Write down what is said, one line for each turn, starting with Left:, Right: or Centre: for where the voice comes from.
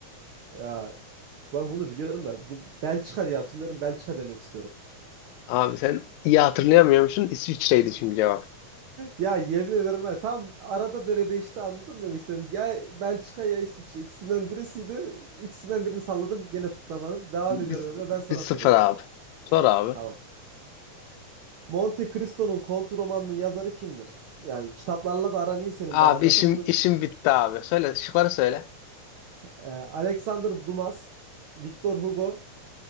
Right: Ya, ben bunu biliyorum da bir Belçika diye hatırlıyorum. Belçika demek istiyorum. <laughs>
Left: Abi sen iyi hatırlayamıyormuşsun. İsviçre'ydi çünkü cevap.
Right: Ya yemin ederim ben tam arada derede işte anladım demek istedim. Ya Belçika ya İsviçre ikisinden birisiydi. İkisinden birini salladım gene tutamadım. Devam
Left: Biz,
Right: ediyorum Emre ben sana
Left: biz sıfır
Right: soruyorum.
Left: abi. Sor abi.
Right: Tamam. Monte Cristo'nun Kont romanının yazarı kimdir? Yani kitaplarla da aran iyi senin
Left: Abi
Right: bayağı zaten.
Left: işim
Right: Bunu
Left: işim bitti abi. Söyle şıkları söyle.
Right: e, Alexander Dumas, Victor Hugo,